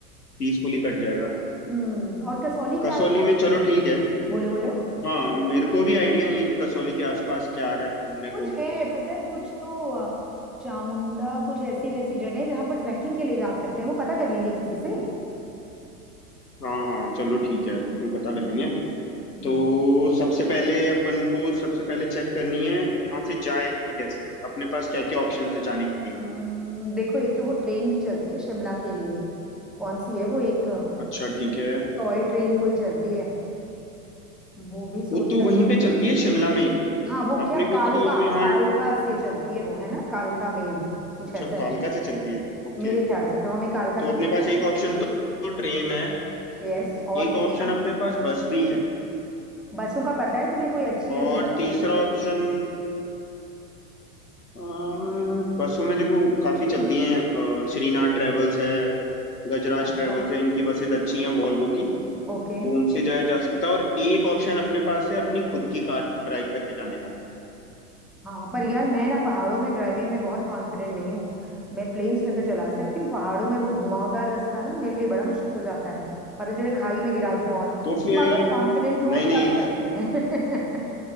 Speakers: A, on the left; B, in the centre.
A: पीसफुली कट जाएगा
B: हम्म, और कसौली के
A: कसौली
B: आसपास
A: में चलो ठीक है
B: बोले बोलो
A: हाँ मेरे को भी आइडिया नहीं है कि कसौली के आसपास क्या है घूमने
B: कुछ
A: को
B: है पता है कुछ तो अ, चामुंडा कुछ ऐसी वैसी जगह है जहां पर ट्रैकिंग के लिए जा सकते हैं वो पता कर लेंगे किसी से
A: हाँ हाँ चलो ठीक है वो पता कर लेंगे
B: हम्म
A: तो सबसे पहले अपन को सबसे पहले चेक करनी है यहाँ से जाए कैसे अपने पास क्या क्या ऑप्शन है जाने के लिए
B: हम्म, देखो एक तो वो ट्रेन भी चलती है शिमला के लिए कौन सी है वो एक
A: अच्छा ठीक है
B: टॉय ट्रेन कोई चलती है वो भी सोच
A: वो तो
B: सक
A: वहीं पे चलती है शिमला में ही
B: हाँ वो
A: अपने
B: क्या
A: को
B: कालका
A: तो यहाँ
B: कालका से चलती है वो है ना कालका मेल कुछ
A: अच्छा
B: ऐसा
A: कालका
B: है
A: से चलती है ओके
B: मेरे ख्याल से तो हमें कालका
A: तो
B: तो
A: अपने
B: पहुंचना
A: पास एक
B: पड़ेगा
A: ऑप्शन तो, तो ट्रेन है
B: यस और
A: एक
B: दूसरा
A: ऑप्शन अपने पास बस भी है
B: बसों का पता है तुम्हें कोई अच्छी
A: और
B: अगर बस
A: तीसरा
B: चलती है
A: ऑप्शन अ, बसों में देखो काफी चलती हैं अ, श्रीनाथ ट्रेवल्स है गजराज
B: अच्छा
A: ट्रेवल्स है इनकी बसेस अच्छी हैं वॉल्वो की
B: ओके
A: तो उनसे जाया जा सकता है और एक ऑप्शन अपने पास है अपनी खुद की कार ड्राइव करके जाने का
B: हाँ पर यार मैं ना पहाड़ों में ड्राइविंग में बहुत कॉन्फिडेंट नहीं हूँ मैं प्लेन्स में तो चला सकती हूँ पहाड़ों में वो घुमावदार रास्ता ना मेरे लिए बड़ा मुश्किल हो जाता है पता चले खाई में गिरा दूं और तुम
A: तो फिर
B: अगर कॉन्फिडेंट हो
A: नहीं नहीं
B: तब चलते हैं